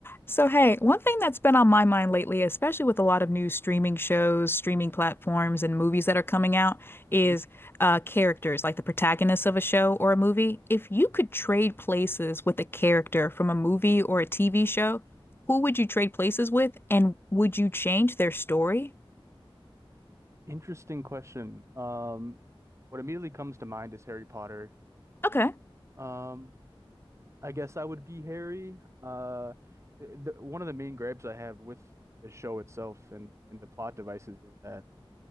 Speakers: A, on the left; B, on the right.
A: So, hey, one thing that's been on my mind lately, especially with a lot of new streaming shows, streaming platforms, and movies that are coming out, is
B: Mhm.
A: uh, characters, like the protagonists of a show or a movie. If you could trade places with a character from a movie or a TV show, who would you trade places with, and would you change their story?
B: Interesting question. Um, what immediately comes to mind is Harry Potter.
A: Okay.
B: Um, I guess I would be Harry. Uh, the, one of the main gripes I have with the show itself and, and the plot devices is that